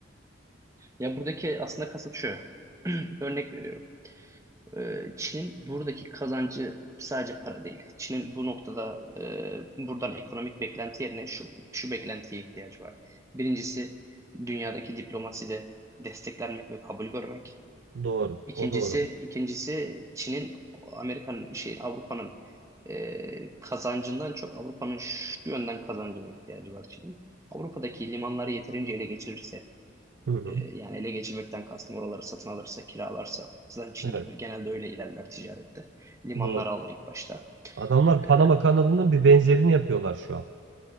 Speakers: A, on the right; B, on the right.
A: Ya buradaki aslında kasıt şu. <clears throat> Örnek veriyorum. Ee, Çin buradaki kazancı sadece para değil. Çin'in bu noktada e, buradan ekonomik beklenti yerine şu, şu beklentiye ihtiyacı var. Birincisi dünyadaki diplomaside desteklenmek ve kabul görmek.
B: Doğru.
A: İkincisi,
B: O doğru.
A: ikincisi Çin'in Amerika'nın şey Avrupa'nın e, kazancından çok Avrupa'nın şu yönden kazancına ihtiyacı var Çin'in. Avrupa'daki limanları yeterince ele geçirirse
B: Hı hı.
A: ee, yani ele geçirmekten kastım oraları satın alırsa, kiralarsa. Zaten Çin
B: Evet.
A: genelde öyle ilerler ticarette. Limanları
B: Doğru.
A: alır ilk başta.
B: Adamlar Panama
A: Ee,
B: kanalının bir benzerini yapıyorlar şu an.